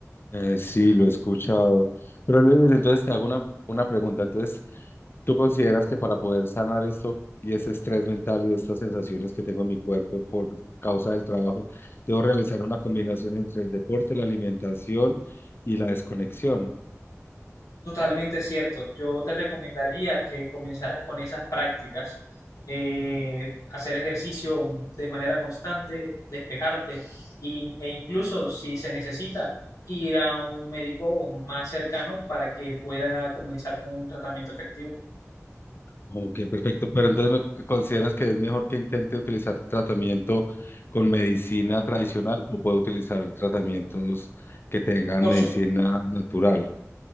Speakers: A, on the left (about 45°); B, on the left (about 75°).
A: Eh, sí, lo he escuchado. Pero Luis, entonces te hago una, una pregunta. Entonces, ¿Tú consideras que para poder sanar esto y ese estrés mental y estas sensaciones que tengo en mi cuerpo por causa del trabajo, debo realizar una combinación entre el deporte, la alimentación y la desconexión?
B: Totalmente cierto. Yo te recomendaría que comenzaras con esas prácticas. Eh, hacer ejercicio de manera constante, despejarte y- e incluso si se necesita ir a un médico más cercano para que pueda comenzar con un tratamiento efectivo.
A: Ok, perfecto. Pero entonces, ¿me ¿consideras que es mejor que intente utilizar tratamiento con medicina tradicional o puedo utilizar tratamientos que tengan
B: Por
A: medicina
B: su-
A: natural?